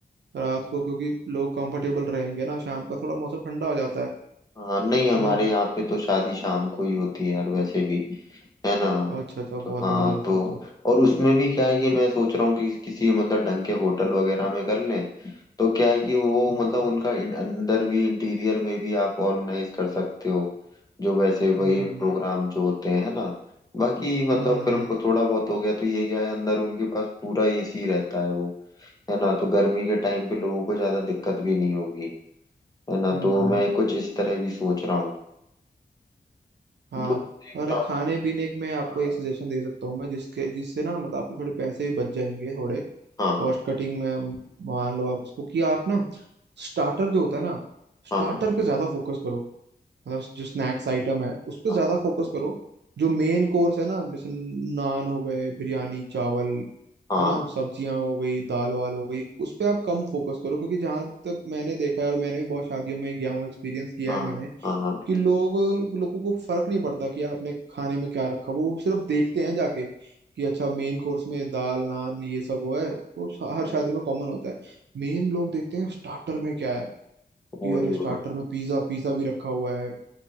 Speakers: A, on the right; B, on the left.
A: रात को क्योंकि लोग कंफर्टेबल रहेंगे ना शाम का थोड़ा मौसम ठंडा हो जाता है
B: हाँ नहीं हमारे
A: है ना
B: यहाँ पे तो शादी शाम को ही होती है यार वैसे भी है ना
A: अच्छा अच्छा बहुत
B: तो हाँ
A: बढ़िया है
B: तो
A: फिर तो
B: और उसमें भी क्या है ये मैं सोच रहा हूँ कि किसी मतलब ढंग के होटल वगैरह में कर लें तो क्या है कि वो
A: हम्म
B: मतलब उनका इन- अंदर भी इंटीरियर में भी आप ऑर्गेनाइज कर सकते हो जो वैसे वही
A: हम्म
B: प्रोग्राम जो होते हैं ना बाकी मतलब
A: हम्म
B: फिर
A: हम्म
B: को थोड़ा बहुत हो गया तो ये क्या है अंदर उनके पास पूरा एसी रहता है वो है ना तो गर्मी के टाइम पे लोगों को ज्यादा दिक्कत भी नहीं होगी है ना
A: हम्म,
B: तो
A: हम्म,
B: मैं कुछ इस तरह भी सोच रहा हूँ
A: हाँ
B: दो देखता
A: और खाने पीने में आपको
B: हूँ
A: एक सजेशन दे सकता हूँ मैं जिसके जिससे ना मतलब आपके थोड़े पैसे भी बच जाएंगे थोड़े
B: हाँ
A: कॉस्ट कटिंग में मान लो आप उसको कि आप ना स्टार्टर जो होता है ना स्टार्टर
B: हाँ
A: पे ज्यादा फोकस करो मतलब जो स्नैक्स आइटम है उस पे
B: हाँ
A: ज्यादा फोकस करो जो मेन कोर्स है ना जैसे नान हो गए बिरयानी चावल
B: हाँ
A: है ना सब्जियां हो गई दाल वाल हो गई उस पे आप कम फोकस करो क्योंकि जहां तक मैंने देखा है और मैंने भी बहुत शादियों में गया हूँ एक्सपीरियंस किया
B: हाँ
A: है मैंने
B: हाँ हाँ
A: कि लोग लोगों को फर्क नहीं पड़ता कि आपने खाने में क्या रखा वो सिर्फ देखते हैं जाके कि अच्छा मेन कोर्स में दाल नान ये सब वो है वो हर शादी में कॉमन होता है मेन लोग देखते हैं स्टार्टर में क्या है
B: वही
A: यार स्टार्टर में पिज्ज़ा पिज़्ज़ा भी रखा हुआ है